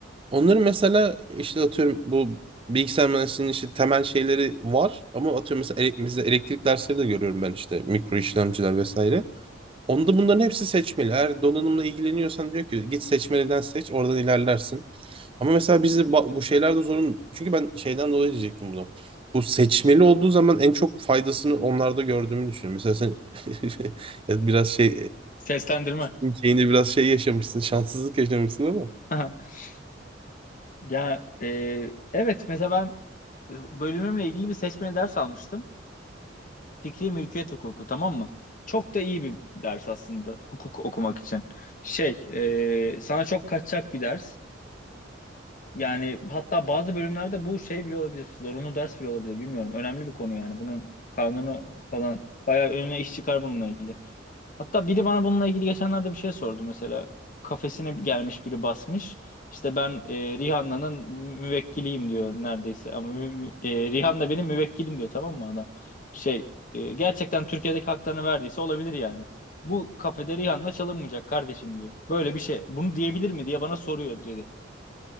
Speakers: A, on the right; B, on the left.
A: Onların mesela işte atıyorum bu bilgisayar mühendisliğinin işte temel şeyleri var ama atıyorum mesela ele- bizde elektrik dersleri de görüyorum ben işte mikro işlemciler vesaire. Onda bunların hepsi seçmeli. Eğer donanımla ilgileniyorsan diyor ki git seçmeliden seç oradan ilerlersin. Ama mesela bizi ba- bu şeylerde zorun çünkü ben şeyden dolayı diyecektim bunu. Bu seçmeli olduğu zaman en çok faydasını onlarda gördüğümü düşünüyorum. Mesela sen <laughs> ya biraz şey
B: Seslendirme.
A: eee, <laughs> şeyinde biraz şey yaşamışsın, şanssızlık yaşamışsın ama.
B: <laughs> Ya e, evet mesela ben e, bölümümle ilgili bir seçmeli ders almıştım. Fikri mülkiyet hukuku tamam mı? Çok da iyi bir ders aslında hukuk okumak için. Şey e, sana çok kaçacak bir ders. Yani hatta bazı bölümlerde bu şey bile olabilir. Zorunlu ders bile olabilir bilmiyorum. Önemli bir konu yani. Bunun kanunu falan bayağı önüne iş çıkar bununla ilgili. Hatta biri bana bununla ilgili geçenlerde bir şey sordu mesela. Kafesine gelmiş biri basmış. İşte ben e, Rihanna'nın mü- müvekkiliyim diyor neredeyse. Ama mü- mü- e, Rihanna benim müvekkilim diyor tamam mı adam? Şey e, gerçekten Türkiye'deki haklarını verdiyse olabilir yani. Bu kafede Rihanna çalınmayacak kardeşim diyor. Böyle bir şey. Bunu diyebilir mi diye bana soruyor dedi.